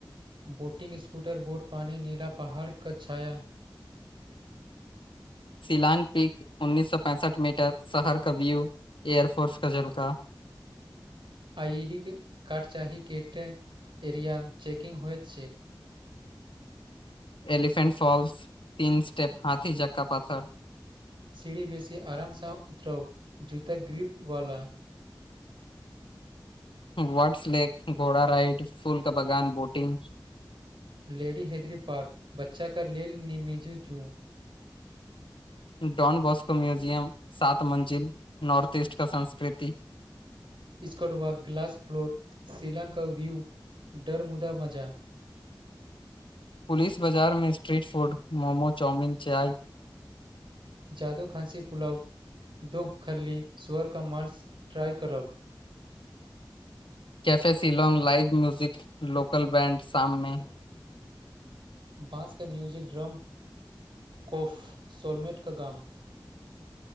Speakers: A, on the right; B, on the left.
A: बोटिंग स्कूटर बोट नीला पहाड़ क छाया
B: शिलांग पीक उन्नीस सौ पैंसठ मीटर शहर कव्यू एयरफोर्स का झलका
A: आइ डी कार्ड चाही कटा एरियाम चेेकिंग होयत छै
B: एलिफेन्ट फॉल्स तीन स्टेप हाथी जक्का पत्थर
A: सीढ़ी बेसी आरामसँ उतरउ जूता ग्रिप वाला
B: वर्ट्स लेक घोड़ा राइड फूलका बगान बोटिंग
A: लेडी हेदरी पार्क बच्चा का लेल निमिजू जू
B: डॉन बॉस्को म्यूजियम सात मंजिल नार्थ ईस्ट का संस्कृति
A: स्कॉट वा ग्लस फ्लोर शीलंग कव्यू डर मुुदा मजा
B: <inaudible> पुलिस बाजारमें स्ट्रीट फूड मोमो चाऊमिन चाय
A: जादो खाँसी फुलाव दोह खल्ली सुअर का माँस ट्राइ करब
B: <inaudible> cafe Shillong live music local band शाममे
A: बाँस क म्यूजिक ड्रम कोफ़ सोलमेट का गाम